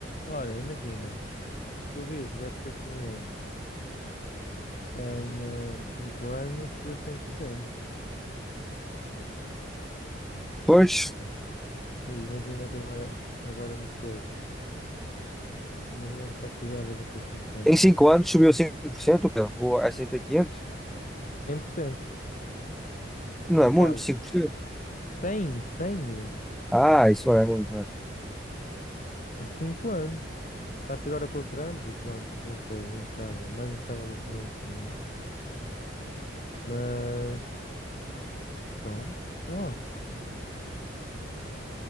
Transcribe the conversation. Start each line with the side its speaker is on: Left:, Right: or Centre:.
Left: Olha, imagina, se tu vires o SP500 em eh, 5 anos, chegou a 100%.
Centre: Pois,
Left: E Imagina que agora, agora metesses, imagina que só precisavas daqui a 5 anos.
Centre: em cinco anos subiu 5%, cara, o S e P quinhentos
Left: <laughs> cem por cento,
Centre: Não é
Left: quase.
Centre: muito, cinco por cento
Left: cem, cem
Centre: Ah, isso é muito, é.
Left: em cinco anos. Claro que agora com o Trump, pronto, não sei, é instável, mais instável do que nunca, não é? Mas, pronto, sei lá,